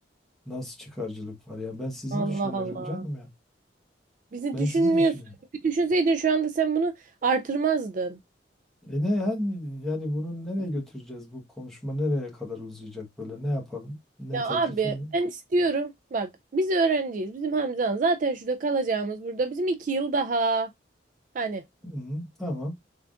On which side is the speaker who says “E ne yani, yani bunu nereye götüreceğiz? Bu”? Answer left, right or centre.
Centre